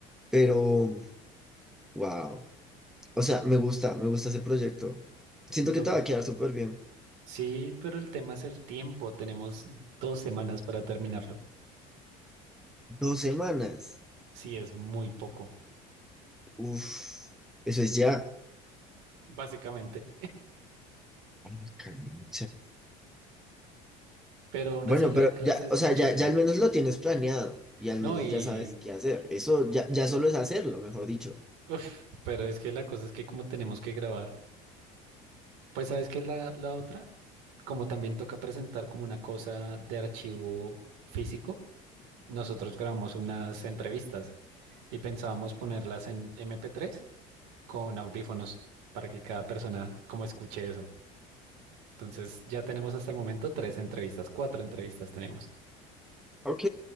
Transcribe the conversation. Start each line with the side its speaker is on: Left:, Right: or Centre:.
Centre: Pero, wow. O sea, me gusta, me gusta ese proyecto. Siento
Right: Tú,
Centre: que te va a quedar súper bien.
Right: sí, pero el tema es el tiempo. Tenemos dos semanas para terminarlo.
Centre: Dos semanas.
Right: Sí, es muy poco,
Centre: Uf, eso es ya.
Right: básicamente.
Centre: Ay, cariño.
Right: Pero aún
Centre: Bueno,
Right: así la
Centre: pero
Right: clase
Centre: ya,
Right: es
Centre: o
Right: muy
Centre: sea,
Right: chévere.
Centre: ya, ya al menos lo tienes planeado y al
Right: No,
Centre: menos
Right: y...
Centre: ya sabes qué hacer. Eso ya, ya solo es hacerlo, mejor dicho.
Right: Uf, pero es que la cosa es que como tenemos que grabar. Pues sabes qué es la, la otra, como también toca presentar como una cosa de archivo físico, nosotros grabamos unas entrevistas y pensábamos ponerlas en MP3 con audífonos para que cada persona como escuche eso. Entonces ya tenemos hasta el momento tres entrevistas, cuatro entrevistas tenemos.
Centre: Ok,